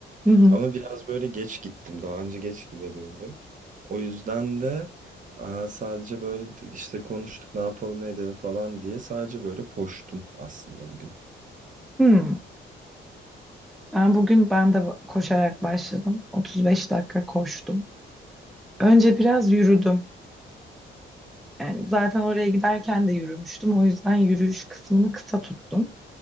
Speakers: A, in the centre; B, on the right.
A: Hı hı.
B: Ama biraz böyle geç gittim. Daha önce geç gidebildim. O yüzden de aa, sadece böyle işte konuştuk ne yapalım ne edelim falan diye sadece böyle koştum aslında bugün.
A: Hmm. Ben bugün ben de koşarak başladım. 35 dakika koştum. Önce biraz yürüdüm. Yani zaten oraya giderken de yürümüştüm. O yüzden yürüyüş kısmını kısa tuttum.